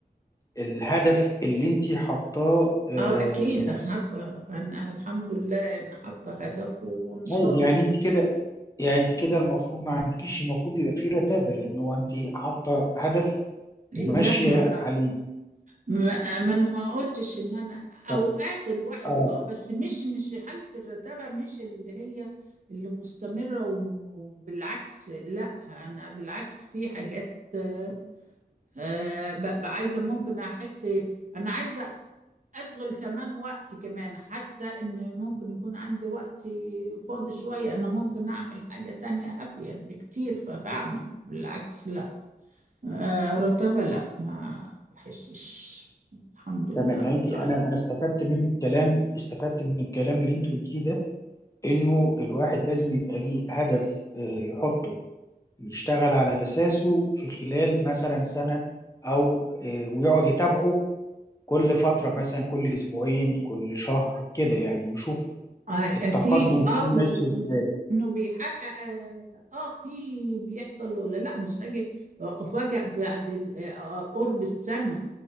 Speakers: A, on the left; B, on the right.
A: الهدف اللي انت حاطاه آه،
B: اه اكيد
A: لنفسك
B: حتى انا الحمد لله انا حاطه هدف وان شاء
A: طيب يعني
B: الله
A: انت كده يعني انت كده المفروض ما عندكيش المفروض يبقى في رتابه لان هو انت حاطه هدف
B: لا
A: وماشيه
B: ما
A: عليه
B: ما ما انا ما قلتش ان انا
A: طب
B: اوقات الواحد
A: اه
B: اه بس مش مش حالة الرتابة مش اللي هي اللي مستمرة وبالعكس لا انا بالعكس في حاجات آه آه، ببقى عايزة ممكن احس انا عايزة اشغل كمان وقت كمان حاسة ان ممكن يكون عندي وقت فاضي شوية انا ممكن اعمل حاجة تانية افيد بكتير فبعمل بالعكس لا آه، رتبة لا ما بحسش الحمد لله
A: تمام
B: رب
A: يعني انت
B: العالمين
A: انا انا استفدت من الكلام استفدت من الكلام اللي انت قلتيه ده انه الواحد لازم يبقى ليه هدف آه، يحطه يشتغل على اساسه في خلال مثلا سنه او آه، ويقعد يتابعه كل فتره مثلا كل اسبوعين كل شهر كده يعني ويشوف
B: آه،
A: التقدم
B: أكيد
A: فيه
B: أه
A: ماشي
B: ونشوف
A: ازاي
B: إنه بيحقق أه آه، في بيحصل ولا لا مش هاجي آه، أفاجأ بعد آه، آه، قرب السنة